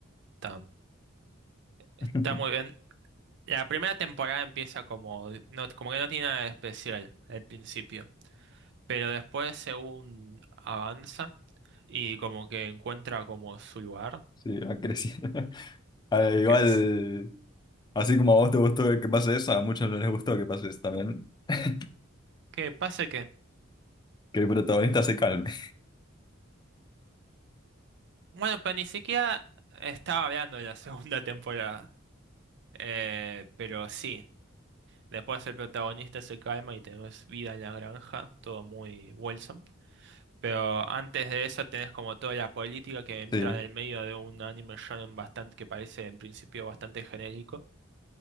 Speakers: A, on the right; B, on the left.
A: Está, está
B: <laughs>
A: muy bien. La primera temporada empieza como, no, como que no tiene nada de especial al principio, pero después según avanza y como que encuentra como su lugar,
B: Sí, ha crecido. <laughs> A ver,
A: <laughs>
B: igual,
A: ¿crees?
B: así como a vos te gustó que pase eso, a muchos no les gustó que pase eso también. <laughs>
A: ¿qué pasa que?
B: Que el protagonista se calme.
A: Bueno, pero ni siquiera estaba hablando de la segunda <laughs> temporada, Eh, pero sí, después el protagonista se calma y tenemos vida en la granja, todo muy Wilson. Pero antes de eso tenés como toda la política que entra
B: Sí,
A: en el medio de un anime shonen bastante que parece en principio bastante genérico.